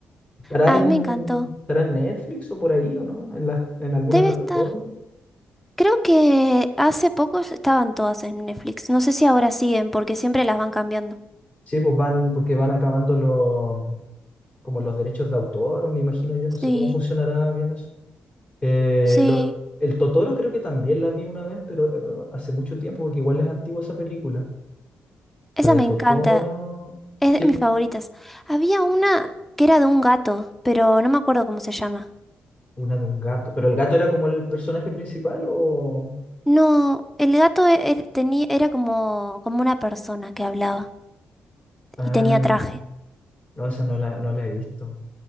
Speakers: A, on the left; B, in the centre.
A: ¿Estará
B: A
A: en,
B: mí me encantó.
A: estará en Netflix o por ahí o no? ¿En la- en alguna
B: Debe
A: plataforma?
B: estar. Creo que hace poco estaban todas en Netflix. No sé si ahora siguen, porque siempre las van cambiando.
A: Sí, pues van, porque van acabando los, como los derechos de autor, me imagino yo, no sé
B: Sí,
A: cómo funcionará bien eso. Eh,
B: sí.
A: lo- el Totoro creo que también la vi una vez, pero eh, hace mucho tiempo, porque igual es antigua esa película.
B: Esa
A: La de
B: me
A: Totoro,
B: encanta. Es
A: sí,
B: de mis favoritas. Había una que era de un gato, pero no me acuerdo cómo se llama.
A: una de un gato. ¿Pero el gato era como el personaje principal o...?
B: No, el gato e- er- tenía, era como, como una persona que hablaba
A: Ah,
B: y tenía
A: no,
B: traje.
A: no, esa no la, no la he visto.